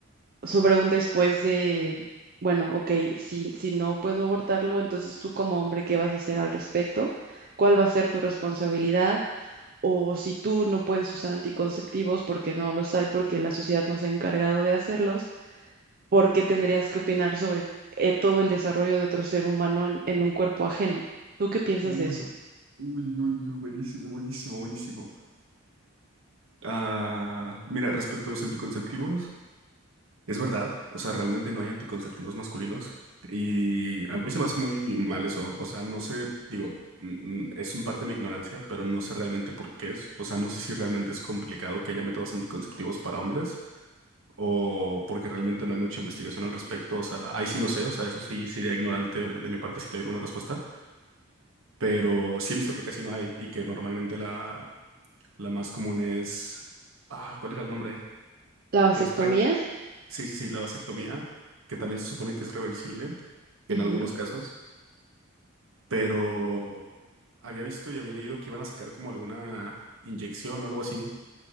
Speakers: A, on the right; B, on the right.
A: sobre un después de, bueno, ok, si, si no puedo abortarlo, entonces tú como hombre, ¿qué vas a hacer al respecto? ¿Cuál va a ser tu responsabilidad? O si tú no puedes usar anticonceptivos porque no los hay, porque la sociedad no se ha encargado de hacerlos, ¿por qué tendrías que opinar sobre eh, todo el desarrollo de otro ser humano en, en un cuerpo ajeno? ¿Tú qué piensas
B: Uy,
A: de eso?
B: uy, uy, uy, buenísimo, buenísimo, buenísimo. Ah, mira, respecto a los anticonceptivos. Es verdad, o sea, realmente no hay anticonceptivos masculinos y a mí se me hace muy mal eso, o sea, no sé, digo, mm, mm, es un parte de mi ignorancia, pero no sé realmente por qué es, o sea, no sé si realmente es complicado que haya métodos anticonceptivos para hombres o porque realmente no hay mucha investigación al respecto, o sea, ahí sí no sé, o sea, eso sí sería ignorante de mi parte si te doy una respuesta, pero sí he visto que casi no hay y que normalmente la, la más común es, ah, ¿cuál era el nombre?
A: ¿La vasectomía?
B: Que es prácticamente Sí, sí, sí, la vasectomía, que también se supone que es reversible en
A: Ujú.
B: algunos casos, pero había visto y había leído que iban a sacar como alguna inyección o algo así,